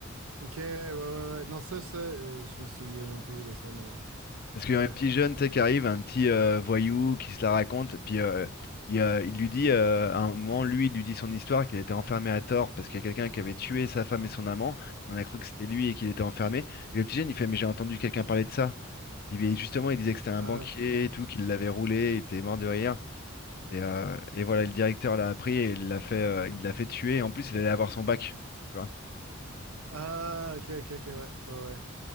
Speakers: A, on the right; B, on the left.
A: Ok, ouais, ouais, ouais. Non, ça, ça, euh, je me souviens même plus de ça, mais,
B: Parce qu'il
A: mais
B: y
A: ouais.
B: a un petit jeune, tu sais, qui arrive, un petit euh, voyou qui se la raconte, puis euh, il, euh, il lui dit, euh, à un moment, lui, il lui dit son histoire, qu'il était enfermé à tort parce qu'il y a quelqu'un qui avait tué sa femme et son amant. On a cru que c'était lui et qu'il était enfermé. Et le petit jeune, il fait, mais j'ai entendu quelqu'un parler de ça. Il, et justement, il disait que c'était un
A: Ah,
B: banquier et tout, qu'il l'avait roulé, il était mort de rire. Et, euh, et voilà, le directeur l'a appris et il l'a fait, euh, il l'a fait tuer. Et en plus, il allait avoir son bac. tu vois.
A: ah, ok, ok, ok, ouais, ouais, ouais.